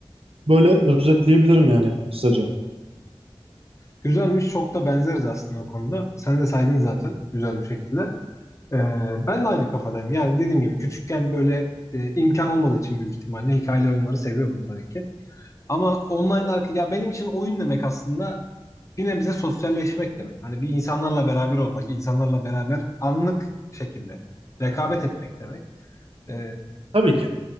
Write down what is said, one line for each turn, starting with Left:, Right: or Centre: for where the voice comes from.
Right: Böyle özetleyebilirim yani kısaca.
Left: Güzelmiş. Çok da benzeriz aslında o konuda. Sen de saydın zaten güzel bir şekilde. Ee, ben de aynı kafadayım. Yani dediğim gibi küçükken böyle e, imkan olmadığı için büyük ihtimalle hikayeli oyunları seviyordum tabii ki. Ama online arka ya benim için oyun demek aslında bir nebze sosyalleşmek demek. Hani bir insanlarla beraber olmak, insanlarla beraber anlık şekilde rekabet etmek demek. Ee,
Right: Tabii ki.